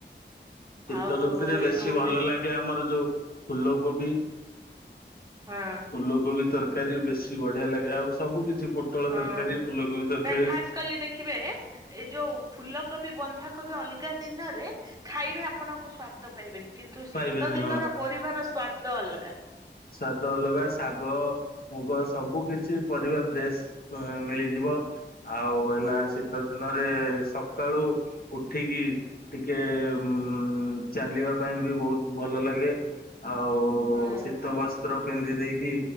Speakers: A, on the left (about 55°); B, on the right (about 20°).
A: ଶୀତ
B: ଆଉ
A: ଋତୁରେ
B: ଏଇ
A: ବେଶୀ
B: ଯୋଉ
A: ଭଲ
B: ରେ
A: ଲାଗେ ଆମର ଯୋଉ ଫୁଲୋ କୋବି
B: ହଁ
A: ଫୁଲୁକୁବି ତରକ ତରକାର ବି ବେଶୀ ବଢିଆ ଲାଗେ ଆଉ ସବୁ କିଛି ପୋଟଳ
B: ହଁ
A: ତରକାରୀ ଫୁଲକୋବି ତରକାରୀ
B: ନାଇଁ ଖାସ୍ କଲି ଦେଖିବେ ଏଇ ଯୋଉ ଫୁଲ କୋବି ବି ବନ୍ଧାକ ବି ଅଲଗା ଦିନରେ ଖାଇବେ ଆପଣଙ୍କ ସ୍ଵାଦ ପାଇବେନି। କିନ୍ତୁ
A: ପାଇବେନି
B: ଶୀତ ଦିନର ପରିବାର ସ୍ଵାଦ, ତ ଅଲଗା
A: ଶାଗ ଅଲଗା ଶାଗ ମୁଗ ସବୁ କିଛି ପରିବା ଫ୍ରେଶ ମିଳିଯିବ।। ଆଉ ହେଲା ଶୀତ ଦିନରେ ସକାଳୁ ଉଠିକି ଟିକେ ଉ ଚାଲିବା ପାଇଁ ବି ବହୁତ ଭଲ ଲାଗେ ଆଉ
B: ହୁଁ
A: ସି ବସ୍ତ୍ର ପିନ୍ଧି ଦେଇକି